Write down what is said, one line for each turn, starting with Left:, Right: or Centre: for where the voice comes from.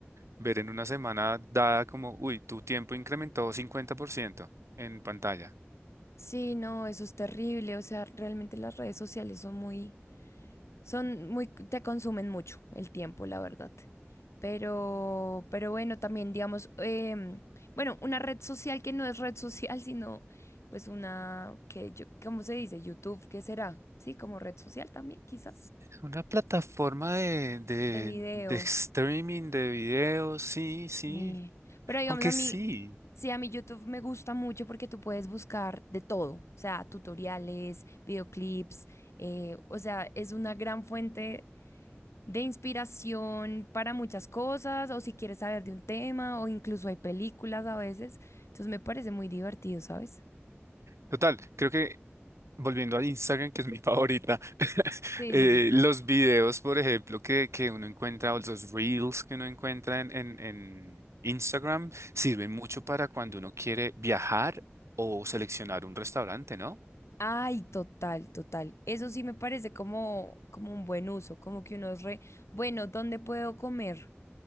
Right: ver en una semana dada como, uy, tu tiempo incrementó 50% en pantalla.
Left: Sí, no, eso es terrible, o sea, realmente las redes sociales son muy... Son muy, te consumen mucho el tiempo, la verdad. Pero, pero bueno, también digamos, em, bueno, una red social que no es red social, <laughs> sino pues una que yo, ¿cómo se dice? YouTube, ¿qué será? Sí, como red social también, quizás,
Right: Una plataforma de, de,
Left: de video.
Right: de streaming de videos, sí, sí.
Left: eh, Pero digamos,
Right: Aunque
Left: a mí,
Right: sí.
Left: sí, a mí YouTube me gusta mucho porque tú puedes buscar de todo, o sea, tutoriales, videoclips, eh, o sea, es una gran fuente de inspiración para muchas cosas, o si quieres saber de un tema, o incluso hay películas a veces. Entonces me parece muy divertido, ¿sabes?
Right: Total, creo que volviendo a Instagram, que es mi favorita, <laughs>
Left: Sí,
Right: eh,
Left: sí, sí.
Right: los videos, por ejemplo, que, que uno encuentra, o los reels que uno encuentra en, en, en Instagram, sirven mucho para cuando uno quiere viajar o seleccionar un restaurante, ¿no?
Left: Ay, total, total. Eso sí me parece como, como un buen uso, como que uno es re, bueno, ¿dónde puedo comer?